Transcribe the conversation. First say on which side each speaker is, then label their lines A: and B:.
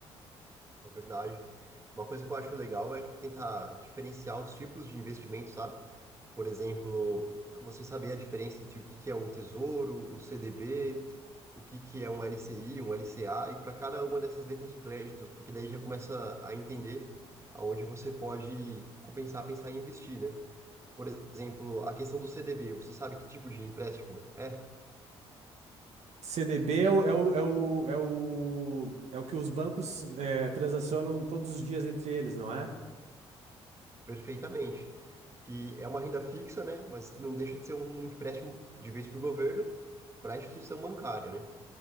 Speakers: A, on the right; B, on the right.
A: É verdade. Uma coisa que eu acho legal é tentar diferenciar os tipos de investimento, sabe? Por exemplo, você saber a diferença entre o que que é um tesouro, um CDB, o que que é um LCI, um LCA, e para cada uma dessas letras de créditos, porque daí já começa a entender aonde você pode compensar, pensar em investir, né? Por exemplo, a questão do CDB, você sabe que tipo de empréstimo é?
B: CDB é o, é o, é o, é o, é o que os bancos é, transacionam todos os dias entre eles, não é?
A: Perfeitamente. que é uma renda fixa, né? Mas não deixa de ser um empréstimo de vez para o governo, para a instituição bancária, né?